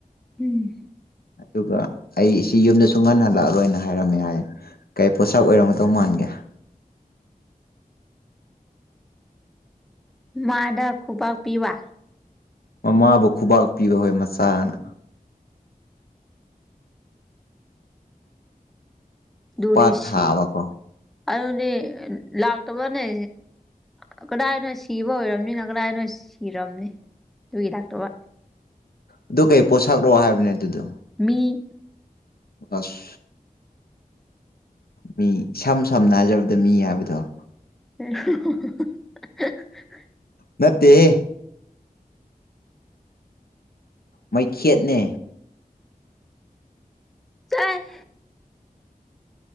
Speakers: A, in the centre; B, on the left (about 85°).
A: ꯎꯝ
B: ꯑꯗꯨꯒ ꯑꯩꯁꯤ ꯌꯨꯝꯗ ꯁꯨꯡꯍꯟ ꯍꯜꯂꯛꯑꯔꯣꯏꯅ ꯍꯥꯏꯔꯝꯃꯦ ꯍꯥꯏꯌꯦ ꯀꯩ ꯄꯣꯠꯁꯛ ꯑꯣꯏꯔꯝꯒꯗꯧ ꯃꯥꯟꯒꯦ
A: ꯃꯥꯗ ꯈꯨꯕꯥꯛ ꯄꯤꯕ
B: ꯃꯃꯥꯕꯨ ꯈꯨꯕꯥꯛ ꯄꯤꯕ ꯍꯣꯏ ꯃꯆꯥꯅ ꯈꯨꯄꯥꯛ
A: ꯗꯨꯗꯤ ꯁꯤ
B: ꯊꯥꯕꯀꯣ
A: ꯑꯗꯨꯗꯤ ꯂꯥꯛꯇꯕꯅꯦ ꯑ ꯀꯗꯥꯏꯗꯅꯣ ꯁꯤꯕ ꯑꯣꯏꯔꯝꯅꯤꯅ ꯀꯗꯥꯏꯅꯣ ꯁꯤꯔꯝꯅꯤ ꯑꯗꯨꯒꯤ ꯂꯥꯛꯇꯕ
B: ꯑꯗꯨ ꯀꯩ ꯄꯣꯠꯁꯛꯔꯣ ꯍꯥꯏꯕꯅꯦ ꯑꯗꯨꯗꯣ
A: ꯃꯤ
B: ꯑꯁ ꯃꯤ ꯏꯁꯝ ꯁꯝꯅ ꯍꯥꯏꯖꯔꯕꯗ ꯃꯤ ꯍꯥꯏꯕꯗꯣ
A: ꯍ
B: ꯅꯠꯇꯦꯍꯦ ꯃꯩꯈꯦꯠꯅꯦ
A: ꯇꯥꯏ